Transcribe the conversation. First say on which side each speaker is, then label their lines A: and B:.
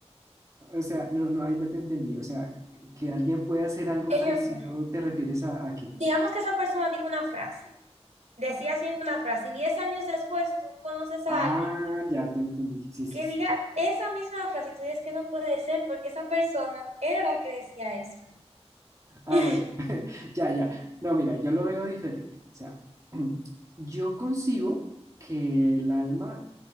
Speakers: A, on the right (about 30°); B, on the right (about 85°).
A: o sea, no, no, ahí no te entendí, o sea, que alguien pueda hacer algo
B: Ejemplo,
A: parecido, ¿te refieres a, a qué?
B: digamos que esa persona diga una frase, decía siempre una frase, y 10 años después tú conoces a
A: Ah,
B: alguien
A: ya te entendí, sí, sí,
B: que
A: sí.
B: diga esa misma frase y tú dices que no puede ser porque esa persona era la que decía eso.
A: Ah,
B: <laughs>
A: bueno, <laughs> ya, ya. No, mira, yo lo veo diferente. O sea, <clears throat> yo concibo que el alma,